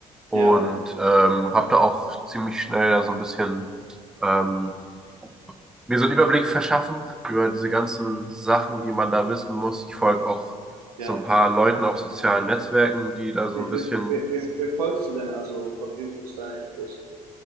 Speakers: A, in the centre; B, on the right.
A: und
B: Ja,
A: ähm, habe da auch ziemlich schnell da so ein bisschen ähm, mir so einen Überblick verschaffen über diese ganzen Sachen, die man da wissen muss. Ich folge auch so
B: ja.
A: ein paar Leuten auf sozialen Netzwerken, die da so
B: Wem,
A: ein bisschen,
B: wem, wem, wem- wem folgst du denn? Also von wem holst du deine Infos?